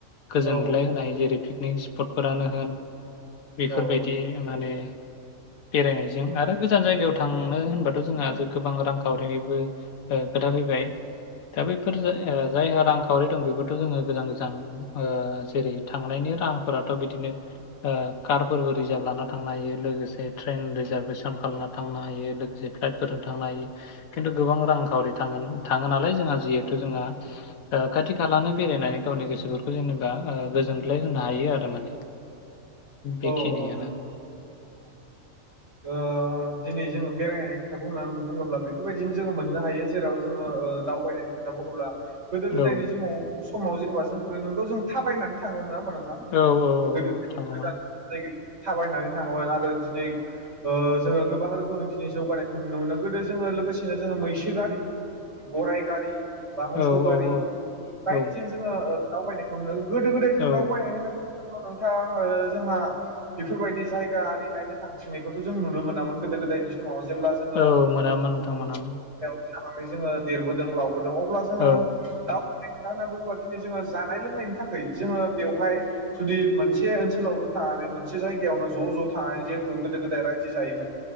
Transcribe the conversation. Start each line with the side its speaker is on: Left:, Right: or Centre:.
Left: गोजोनग्लाय
Right: औ
Left: होनो हायो जेरै पिकनिकस फुटफोरानो होन बेफोरबायदि
Right: औ औ
Left: माने बेरायनायजों आरो गोजान जायगायाव थांनो होनबा थ' जोंहा गोबां रांखावरिनिबो ओ खोथा फैबाय दा बैफोर ज ओ जायहा रां खा खावरि दं बेफोरथ' जोङो गोजान गोजान ओ जेरै थांनायनि राहाफोराथ' बिदिनो ओ कारफोरबो रिजार्भ लाना थांनो हायो लोगोसे ट्रेन रिजार्भेसन खालामना थांनो हायो लो से फ्लाइटफोरजों थांनो हायो खिन्थु गोबां रांखावरि थां थाङो नालाय जोंहा जिहेथु जोंहा खाथि खालानो बेरायनानै गावनि गोसोफोरखौ जेनेबा ओ गोजोनग्लाय होनो हायो आरो माने बेखिनियानो
Right: औ औ नोंथां ओ दिनै जोङो बेरायनायनि खोथा बुंनानै बुङोब्ला बेफोरबायदिनो जोङो मोननो हायो जेराव जोङो ओ दावबायनायनि खोथा बुङोब्ला गोदो गोदायनि
Left: औ
Right: समाव समाव जेनेबा जोंफोरो नोंगौ जों थाबायनानै थाङोमोन नोङा होनबा नों
Left: औ औ
Right: <unintelligible>
Left: औ थाङोमोन
Right: थाबायनानै थाङोमोन आरो दिनै ओ जोङो गोबां रोखोमनि दिनै जौगानायखौ नुनो मोनो गोदो जोङो लोगोसेनो जोङो मैसो गारि गराइ गारि बा मोसौ
Left: औ
Right: गारि
Left: औ
Right: बाइकजों
Left: औ
Right: जोङो दावबायनायखौनो गोदो गोदाय जों
Left: औ
Right: दावबायनानै होना बु औ नोंथां ओ जोंहा बेफोरबायदि जायगा ओरि नायनो थांथिंनाय खथ' जों नुनो मोनामोन गोदो गोदायनि समाव जोङो
Left: औ मोनामोन नोंथां मोनामोन
Right: थानानै जोङो देरबोदों लावबोद दों अब्ला जोङो
Left: औ
Right: दाउ खोथा होनना बुङोबा दिनै जोङो जानाय लोंनायनि थाखै जोङो बेवहाय जुदि मोनसे ओनसोलावनो थानानै मोनसे जायगायावनो ज' ज' थानानै जिहेतु गोदो गोदाय रायजो जायोमोन।